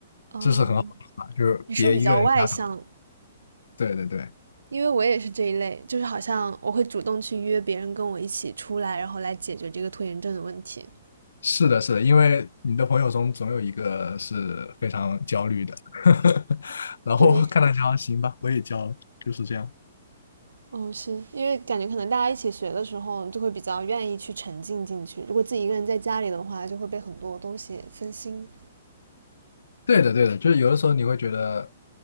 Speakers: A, on the right; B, on the left.
A: 嗯，
B: 这是很好的方法就是别一个人瞎打。
A: 你是不是比较外向？
B: 对对对。
A: 因为我也是这一类，就是好像我会主动去约别人跟我一起出来，然后来解决这个拖延症的问题。
B: 是的，是的，因为你的朋友中总有一个是非常焦虑的，<laughs> 然后看他焦，
A: 对，
B: 行吧，我也焦了，就是这样。
A: 哦，是因为感觉可能大家一起学的时候，就会比较愿意去沉浸进去。如果自己一个人在家里的话，就会被很多东西分心。
B: 对的，对的，就是有的时候你会觉得，